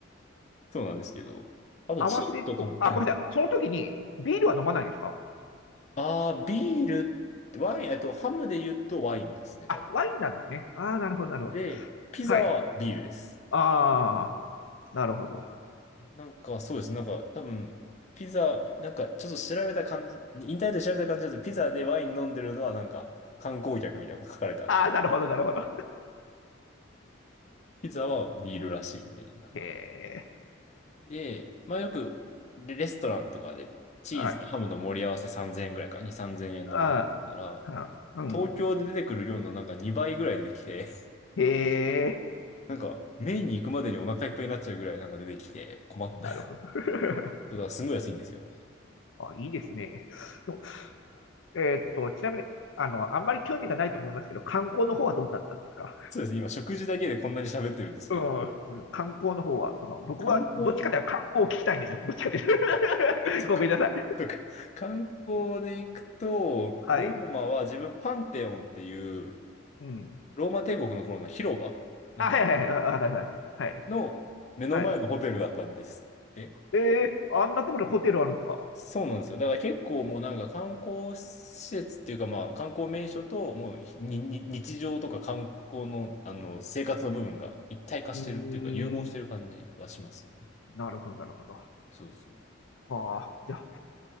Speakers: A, on the left (about 35°); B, on the left (about 75°).
A: そうなんですけど。あと、
B: 合わせと、
A: チーズとかも、はい。
B: あ、ごめんなさい。その時にビールは飲まないんですか
A: あー、ビール、ワイン、えっと、ハムで言うとワインですね、多分。
B: あ、ワインなんですね。ああ、なるほど、なるほど。
A: で、ピザはビールです。
B: はい。ああ、なるほど。
A: なんか、そうですね。なんか、多分、ピザ、なんか、ちょっと調べた感じ、インターネットで調べた感じだと、ピザでワイン飲んでるのは、なんか、観光客みたいなのが書かれた。
B: ああ、なるほど、なるほど。
A: ピザはビールらしいんで。なんか
B: へえ。
A: で、まあよくレレストランとかでチーズとハムの盛り合わせ3000円ぐらいか、
B: はい。
A: 2、3 0円のものなら、
B: ああ、うん。
A: 東京で出てくる量のなんか2倍ぐらい出てきて、
B: へえ。
A: <laughs> なんかメインに行くまでにお腹いっぱいになっちゃうぐらいなんか出てきて困った。
B: なるほど。
A: そ
B: <laughs>
A: うだからすごい安いんですよ。
B: あ、いいですね。のえーっと、ちなみに、あの、あんまり興味がないと思いますけど、観光の方はどうだったんですか
A: そうですね、今食事だけでこんなに喋ってるんですけど、
B: うん、うん観光の方は、その、僕はどっちかというと観光を聞きたいんですよ。
A: 観光、
B: どっちかというと。
A: そっか、
B: <laughs> ごめんなさい。
A: そっか、観光で行くと、
B: はい。
A: ローマは自分パンテオンっていう
B: うん。
A: ローマ帝国の頃の広場、なんか
B: あ、はいはいはい、あはいはいは
A: の目の前のホテルだったんですって。
B: いはい。ええー、あんなところにホテルあるんですか
A: そうなんですよ。だから結構もうなんか観光施設っていうかまあ観光名所ともうにに日常とか観光のあの生活の部分が一体化してるっていうか融合してる感じはしますよね。
B: うーん。なるほど、なるほど。
A: そうそう。
B: はあ、じゃあ、